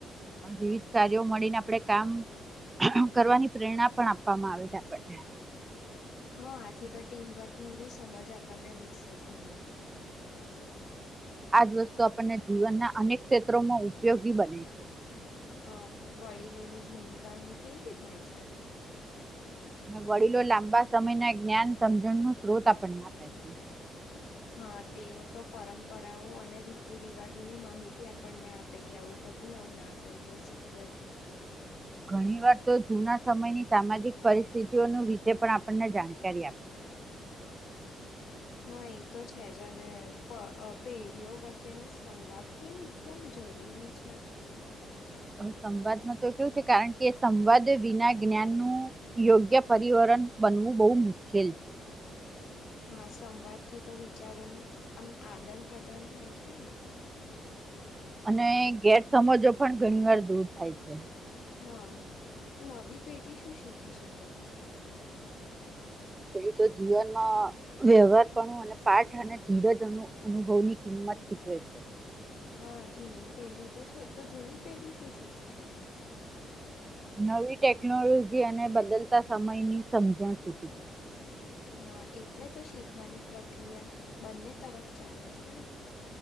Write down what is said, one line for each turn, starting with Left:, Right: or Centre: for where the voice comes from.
Right: વિવિધ કાર્યો મળીને આપણે કામ કરવાની પ્રેરણા પણ આપવામાં આવે છે આપણને
Left: હા આથી તો ટીમવર્ક ન બી સમજ આપણને વિકસે છે એમાંથી જ
Right: આજ વસ્તુ આપણને જીવનના અનેક ક્ષેત્રોમાં ઉપયોગી બને છે
Left: હા વડીલોની ભૂમિકા અહી કેવી હોય છે
Right: અને વડીલો લાંબા સમય ના જ્ઞાન સમજણ નું સ્ત્રોત આપણને આપે છે
Left: હા તેઓ તો પરમ્પરાઓ અને રીતિ રિવાજોની માહિતી આપણને આપે કે આવું કરવું ને આવું ના કરવું શીખ
Right: ઘણી વાર તો જુના સમયની સામાજિક પરિસ્થિતિઓ વિશે પણ આપણને જાણકારી આપી
Left: હા એ તો છે જ અને અ પે પેઢીઓ વચ્ચેનો સંવાદ કેવી કેમ જરૂરી છે
Right: હ સંવાદમાં તો કેવું છે કારણ કે સંવાદ વિના જ્ઞાન નુ યોગ્ય પરિવરન બનવું બહુ મુશ્કેલ છે
Left: હા સંવાદથી તો વિચારોનું આમ આદાન પ્રદાન થાય છે ને
Right: અને ગેરસમજો પણ ઘણીવાર દૂર થાય છે
Left: હા. નવી પેઢી શું શીખી શકે પણ
Right: પેલી તો જીવનમાં વ્યવહારપણું અને પાઠ અને ધીરજ અનુ અનુભવની કિંમત શીખવે છે
Left: હા જૂની પેઢી તો શું તો જૂની પેઢી શું શીખી શકે
Right: નવી ટેકનોલોજી અને બદલતા સમયની સમજણ શીખી છે
Left: હા એટલે તો શીખવાની પ્રક્રિયા બંને તરફ ચાલે છે.